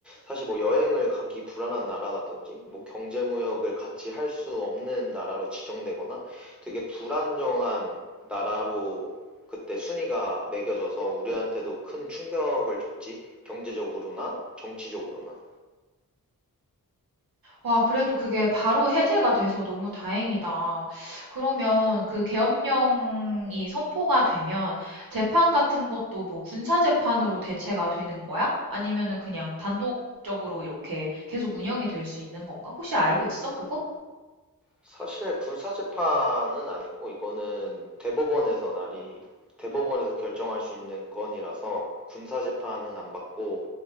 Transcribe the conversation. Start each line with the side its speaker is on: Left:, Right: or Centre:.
Centre: 사실 뭐 여행을 가기 불안한 나라라든지 뭐 경제 무역을 같이 할 수 없는 나라로 지정되거나 되게 불안정한 나라로 그때 순위가 매겨져서 우리한테도 큰 충격을 줬지. 경제적으로나 정치적으로나.
Right: 와, 그래도 그게 바로 해제가 돼서 너무 다행이다. 그러면 그 계엄령이 선포가 되면 재판 같은 것도 뭐 군사 재판으로 대체가 되는 거야? 아니면은 그냥 단독적으로 이렇게 계속 운영이 될 수 있는 건가? 혹시 알고 있어, 그거?
Centre: 사실 군사 재판은 아니고 이거는 대법원에서 날이 대법원에서 결정할 수 있는 건이라서 군사 재판은 안 받고